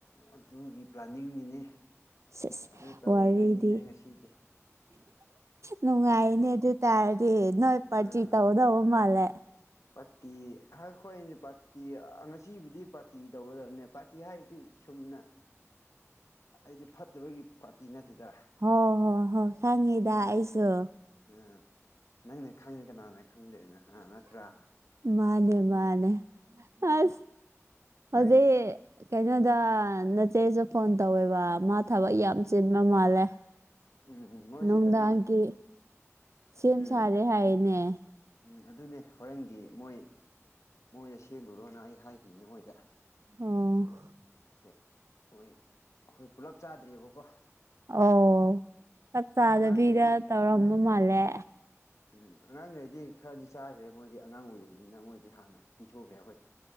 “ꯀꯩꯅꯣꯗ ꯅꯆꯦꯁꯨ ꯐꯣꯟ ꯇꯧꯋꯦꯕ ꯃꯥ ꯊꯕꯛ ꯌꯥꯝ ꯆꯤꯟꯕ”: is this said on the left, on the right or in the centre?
Right